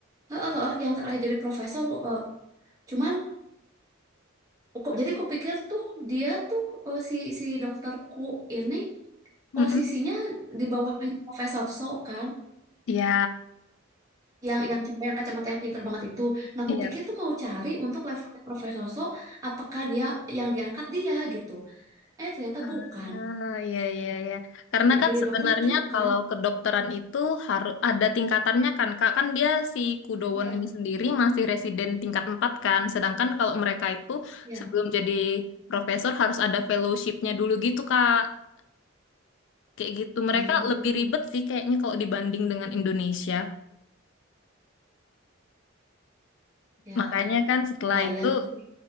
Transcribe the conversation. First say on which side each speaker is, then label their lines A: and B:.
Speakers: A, on the right; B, on the left.
A: oh, heeh, yang terakhir jadi profesor. eh, cuman, ku- jadi kupikir tuh dia tuh eh, si si dokterku ini
B: Mm-mm.
A: posisinya di bawahnya Profesor So kan,
B: Iya,
A: yang yang cewek yang kacamata yang pinter banget itu. Nah, aku
B: Iya
A: pikir tuh mau cari untuk levelnya Profesor So, apakah dia yang diangkat dia gitu? Eh, ternyata
B: Ah,
A: bukan.
B: iya, iya, iya. Karena
A: Nah,
B: kan
A: Jadi
B: sebenarnya
A: dokter Chu
B: kalau
A: kan?
B: kedokteran itu harus ada tingkatannya kan, Kak. Kan dia si Kudowon
A: Iya,
B: ini sendiri masih residen tingkat 4 kan. Sedangkan kalau mereka itu
A: iya.
B: sebelum jadi profesor harus ada fellowshipnya dulu gitu, Kak. Kayak gitu.
A: Hmm,
B: Mereka lebih ribet sih kayaknya kalau dibanding dengan Indonesia.
A: ya,
B: Makanya kan setelah
A: bayang
B: itu
A: sih